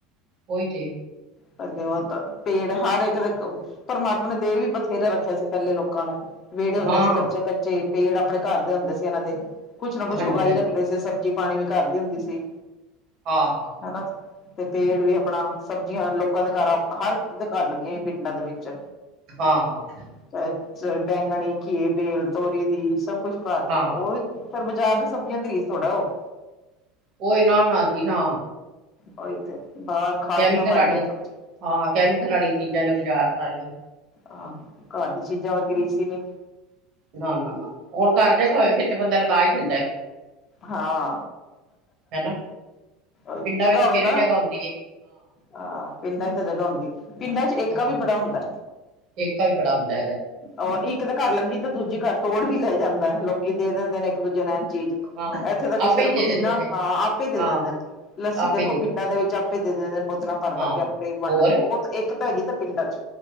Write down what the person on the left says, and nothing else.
ਪਹਿਲੇ ਉਹ ਤਾਂ ਪੇੜ ਹਰ ਇੱਕ ਦੇ ਪਰਮਾਤਮਾ ਨੇ ਦੇ ਵੀ ਬਥੇਰਾ ਰੱਖਿਆ ਸੀ ਪਹਿਲੇ ਲੋਕਾਂ ਨੂੰ ਵਿਹੜੇ ਹੁੰਦੇ
ਸੀ ਕੱਚੇ ਕੱਚੇ ਪੇੜ ਆਪਣੇ ਘਰ ਦੇ ਹੁੰਦੇ ਸੀ ਇਹਨਾਂ ਦੇ ਕੁਛ ਨਾ ਕੁਛ
ਉਗਾਈ
ਰੱਖਦੇ ਸੀ ਸਬਜ਼ੀ ਪਾਣੀ ਵੀ ਘਰ ਦੀ ਹੁੰਦੀ ਸੀ।
ਹਨਾ ਤੇ ਪੇੜ ਵੀ ਆਪਣਾ ਸਬਜ਼ੀਆਂ ਲੋਕ ਲੋਕਾਂ ਦੇ ਘਰ ਹਰ ਦੇ ਘਰ ਲੱਗੀਆਂ ਹੋਈਆਂ ਪਿੰਡਾਂ ਦੇ ਵਿੱਚ
ਚਾਹੇ ਬੈਂਗਣੀ ਘੀਏ ਬੇਲ ਤੋਰੀ ਦੀ ਸਭ ਕੁਛ ਘਰ
ਉਹ ਫਿਰ ਬਾਜ਼ਾਰ ਦੇ ਸਬਜ਼ੀਆਂ ਦੀ ਰੀਸ ਥੋੜ੍ਹਾ ਉਹ
ਉਹੀ ਤੇ ਹਾਂ ਖਾਦ
ਦੀਆਂ ਮਾਰੀਆਂ
ਸਭ
ਆਹ ਘਰ ਦੀ ਚੀਜ਼ਾਂ ਵਰਗੀ ਰੀਸ ਈ ਨਹੀਂ।
ਹਾਂ
ਉਹੀ
ਜਗ੍ਹਾ
ਹੋਵੇ
ਤਾਂ
ਹਾਂ ਪਿੰਡਾਂ ਵਿੱਚ ਤਾਂ ਜਗ੍ਹਾ ਹੁੰਦੀ। ਪਿੰਡਾਂ ਚ ਏਕਾ
ਵੀ ਬੜਾ ਹੁੰਦਾ।
ਹੋਰ ਇੱਕ ਦੇ ਘਰ ਲੱਗੀ ਤੇ ਦੂਜੀ ਘਰ ਤੋੜ ਵੀ ਲੈ ਜਾਂਦਾ ਲੋਕੀ ਦੇ ਦਿੰਦੇ ਨੇ ਇੱਕ ਦੂਜੇ ਨੋ ਇੰਜ ਚੀਜ਼।
ਇੱਥੇ ਤਾਂ ਕਿਸੇ
ਦਾ
ਪੁਦੀਨਾ
ਹਾਂ ਆਪੇ ਦੇ
ਦਿੰਦੇ ਨੇ ਲੱਸੀ
ਦੇਖੋ
ਪਿੰਡਾਂ
ਦੇ ਵਿੱਚ ਆਪੇ ਦੇ ਦਿੰਦੇ ਨੇ। ਬੋਤਲਾਂ ਭਰ
ਭਰ ਕੇ ਆਪੇ ਹੀ ਵੰਡ
ਦਿੰਦੇ ਨੇ ਬਹੁਤ ਏਕਤਾ ਹੈਗੀ ਤਾਂ ਪਿੰਡਾਂ ਚ